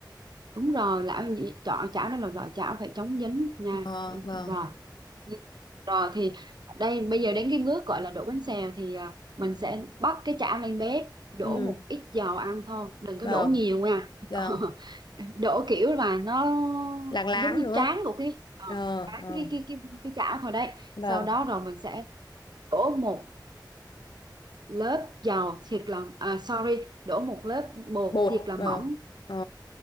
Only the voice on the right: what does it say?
đúng rồi lão nhị- chảo chảo đây là loại chảo phải chống dính nha
Đấy,
rồi Ừ. rồi thì đây bây giờ đến cái bước gọi là đổ bánh xèo thì à, mình sẽ bắt cái chảo lên bếp đổ
một ít dầu ăn thôi đừng
có đổ nhiều nha
<laughs> đổ kiểu là nó
giống như
tráng của cái ờ,
tráng
cái cái cái cái chảo thôi đấy
sau đó rồi mình sẽ đổ một lớp dầu thiệt là à, sorry đổ một lớp bột
thiệt là
mỏng